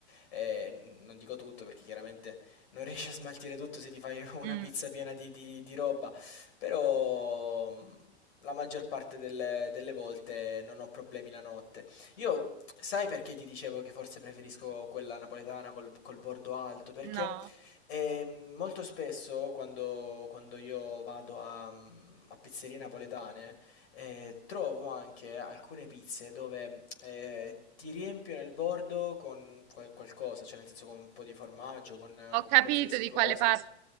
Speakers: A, on the left; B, on the right.
A: ehm, n non dico tutto perché chiaramente non <laughs> riesci a smaltire tutto se ti fai <laughs> una
B: Mm,
A: pizza piena di di di roba, però, mhmm la maggior parte delle, delle volte non ho problemi la notte. Io, sai perché ti dicevo che forse preferisco quella napoletana col, col bordo alto? Perché
B: no,
A: ehm, molto spesso quando, quando io vado a, mm, a pizzerie napoletane eh, trovo anche alcune pizze dove eh, ti riempiono il bordo con qual- qualcosa, cioè nel senso con un po' di formaggio, con,
B: ho
A: con
B: capito
A: qualsiasi
B: di
A: cosa.
B: quale parte.